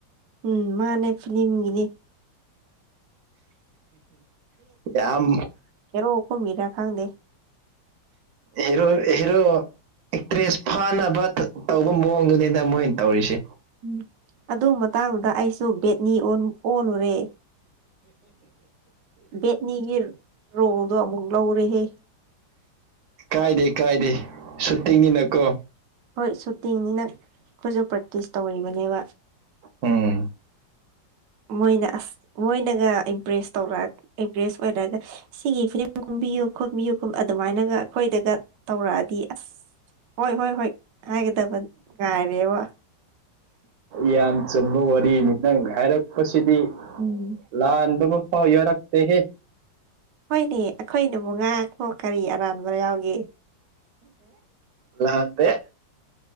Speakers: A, on the right; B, on the right.
A: ꯎꯝ ꯃꯥꯅꯦ ꯐꯤꯂꯝꯒꯤꯅꯦ
B: ꯌꯥꯝ
A: ꯍꯤꯔꯣ ꯀꯨꯃꯤꯔꯥ ꯈꯪꯗꯦ
B: ꯍꯦꯔꯣ ꯍꯦꯔꯣ ꯑꯦꯛꯇ꯭ꯔꯦꯁ ꯐꯥꯅꯕ ꯇꯧꯕ ꯃꯑꯣꯡꯗꯨꯅꯤꯗ ꯃꯣꯏꯅ ꯇꯧꯔꯤꯁꯦ
A: ꯎꯝ ꯑꯗꯨ ꯃꯇꯥꯡꯗꯨꯗ ꯑꯩꯁꯨ ꯕꯦꯠꯅꯤ ꯑꯣꯟ ꯑꯣꯜꯂꯨꯔꯦ ꯕꯦꯠꯅꯤꯒꯤ ꯔꯣꯜꯗꯣ ꯑꯃꯨꯛ ꯂꯧꯔꯦꯍꯦ
B: ꯀꯥꯏꯗꯦ ꯀꯥꯏꯗꯦ ꯁꯨꯇꯤꯡꯅꯤꯅꯀꯣ
A: ꯍꯣꯏ ꯁꯨꯇꯤꯡꯅꯤꯅ ꯑꯩꯈꯣꯏꯁꯨ ꯄ꯭ꯔꯦꯛꯇꯤꯁ ꯇꯧꯔꯤꯕꯅꯦꯕ
B: ꯎꯝ
A: ꯃꯣꯏꯅ ꯑꯁ ꯃꯣꯏꯅꯒ ꯏꯝꯄ꯭ꯔꯦꯁ ꯇꯧꯔ ꯏꯝꯄ꯭ꯔꯦꯁ ꯑꯣꯏꯔꯒ ꯁꯤꯒꯤ ꯐꯤꯂꯝ ꯀꯨꯝꯕꯤꯌꯨ ꯈꯣꯠꯄꯤꯌꯨ ꯑꯗꯨꯃꯥꯏꯅꯒ ꯑꯩꯈꯣꯏꯗꯒ ꯇꯧꯔꯛꯑꯗꯤ ꯑꯁ ꯍꯣꯏ ꯍꯣꯏ ꯍꯣꯏ ꯍꯥꯏꯒꯗꯕ ꯉꯥꯏꯔꯦꯕ
B: ꯌꯥꯝ ꯆꯨꯝꯕ ꯋꯥꯔꯤꯅꯤ ꯅꯪ ꯍꯥꯏꯔꯛꯄꯁꯤꯗꯤ
A: ꯎꯝ
B: ꯂꯥꯟꯕ ꯃꯥꯐꯥꯎ ꯌꯔꯛꯇꯦꯍꯦ
A: ꯍꯣꯏꯅꯦ ꯑꯩꯈꯣꯏꯅꯕꯨ ꯉꯥꯏꯍꯥꯛꯄꯣ ꯀꯔꯤ ꯑꯔꯥꯟꯕ ꯌꯥꯎꯒꯦ
B: ꯂꯥꯟꯗꯦ